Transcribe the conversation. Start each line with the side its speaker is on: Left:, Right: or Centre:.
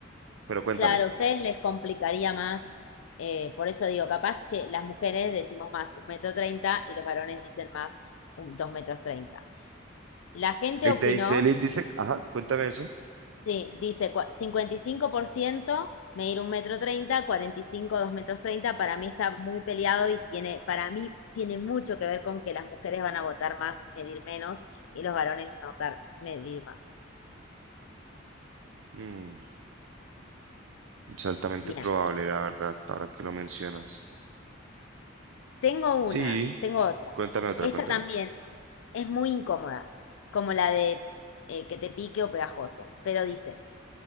Right: pero cuéntame.
Left: claro, a ustedes les complicaría más. eh, por eso digo, capaz que las mujeres decimos más un metro treinta y los varones dicen más un dos metros treinta. La gente
Right: Ahí
Left: opinó
Right: te dice el índice, ajá, cuéntame eso.
Left: Sí, dice cua- 55% medir un metro treinta, 45 dos metros treinta. Para mí está muy peleado y tiene, para mí tiene mucho que ver con que las mujeres van a votar más, medir menos y los varones votar, medir más.
Right: Mm, es altamente
Left: Bien,
Right: probable, la verdad, ahora que lo mencionas.
Left: tengo una,
Right: Sí,
Left: tengo otra.
Right: cuéntame otra,
Left: Esta
Right: cuéntame
Left: también
Right: otra.
Left: es muy incómoda, como la de eh, que te pique o pegajoso, pero dice,